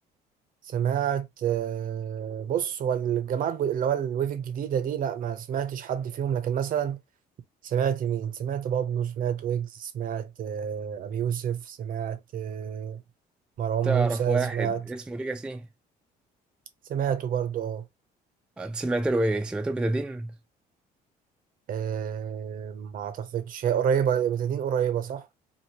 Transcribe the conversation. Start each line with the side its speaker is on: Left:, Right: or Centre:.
Right: سمعت آه، بص هو الجماعه الج- اللي هو الويف الجديده دي لا ما سمعتش حد فيهم لكن مثلا سمعت مين سمعت بابلو سمعت ويجز سمعت آه، أبي يوسف سمعت آه، مروان
Centre: تعرف
Right: موسى
Centre: واحد
Right: سمعت
Centre: اسمه ليجاسي
Right: سمعته برضو اه
Centre: آه، سمعت له ايه سمعت له بتادين
Right: آه، ما اعتقدش هي قريبة بتدين قريبة صح؟